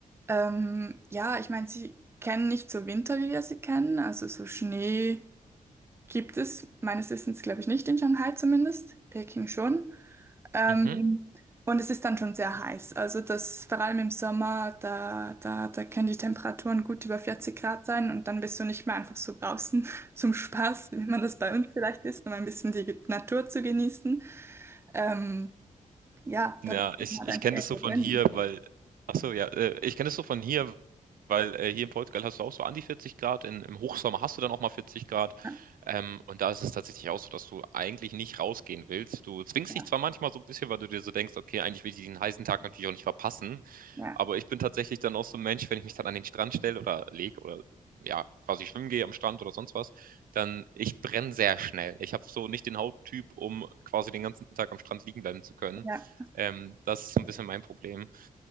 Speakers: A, on the right; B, on the right.
A: ähm, ja, ich meine, sie kennen nicht so Winter, wie wir sie kennen. Also so Schnee gibt es meines Wissens, glaube ich, nicht in Shanghai zumindest, Peking schon. Ähm,
B: Mhm.
A: und es ist dann schon sehr heiß. Also das, vor allem im Sommer, da, da, da können die Temperaturen gut über 40 Grad sein und dann bist du nicht mehr einfach so draußen <laughs> zum Spaß, wie man das bei uns vielleicht ist, um ein bisschen die Natur zu genießen. Ähm, ja,
B: Ja,
A: da bist
B: ich,
A: du dann halt
B: ich
A: einfach
B: kenne
A: irgendwo
B: das so von
A: drin.
B: hier, weil, ach so, ja, äh, ich kenne das so von hier, weil äh, hier in Portugal hast du auch so an die 40 Grad, in, im Hochsommer hast du dann auch mal 40 Grad.
A: Ja,
B: Ähm, und da ist es tatsächlich auch so, dass du eigentlich nicht rausgehen willst. Du zwingst
A: ja,
B: dich zwar manchmal so ein bisschen, weil du dir so denkst, okay, eigentlich will ich diesen heißen Tag natürlich auch nicht verpassen.
A: ja,
B: Aber ich bin tatsächlich dann auch so ein Mensch, wenn ich mich dann an den Strand stelle oder lege oder ja, quasi schwimmen gehe am Strand oder sonst was, dann ich brenne sehr schnell. Ich habe so nicht den Hauttyp, um quasi den ganzen Tag am Strand liegen bleiben zu können.
A: ja,
B: Ähm, das ist so ein bisschen mein Problem.